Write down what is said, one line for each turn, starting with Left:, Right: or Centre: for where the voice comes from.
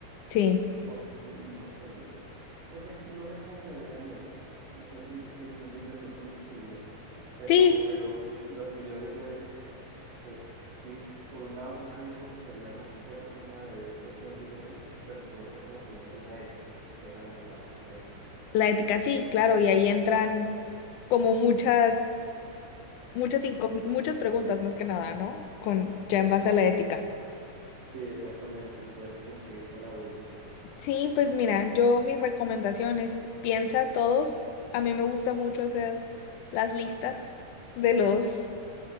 Left: Sí,
Right: porque no sé, no sé, no sé cómo me vean eso, no sé si, si entiendes de pronto mi posición, pero,
Left: sí,
Right: pero lo que yo digo es que sí, por un lado suena bien porque sería una buena forma de ver crecer el dinero, pero por otra como que no sería ético, esa es la palabra, la ética.
Left: la ética sí, claro, y ahí entran como muchas, muchas, incógn- muchas preguntas más que nada, ¿no? Con
Right: Ajá,
Left: ya en base a la ética.
Right: sí, exactamente, entonces como que ahí está la duda,
Left: Sí, pues mira, yo mis recomendaciones, piensa todos, a mí me gusta mucho hacer las listas de los